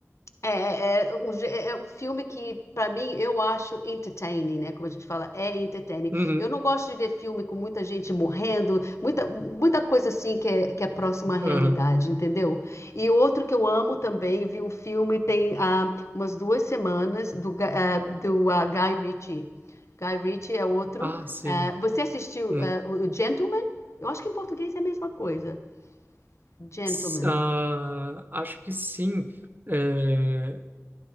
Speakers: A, on the left; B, on the right.
A: é, é, um, gê- é é um filme que, para mim, eu acho entertaining, né? Como a gente fala, é entertaining.
B: Uhum.
A: Eu não gosto de ver filme com muita gente morrendo, muita, muita coisa assim que é, que é próxima à realidade,
B: Aham.
A: entendeu? E outro que eu amo também, vi um filme tem ah, umas duas semanas, do, Ga- ah, do ah, Guy Ritchie. Guy Ritchie é outro.
B: Ah, sim.
A: Ah, você assistiu
B: Uhum.
A: ah, o o Gentleman? Eu acho que em português é a mesma coisa. Gentleman.
B: S- Ah, acho que sim. É,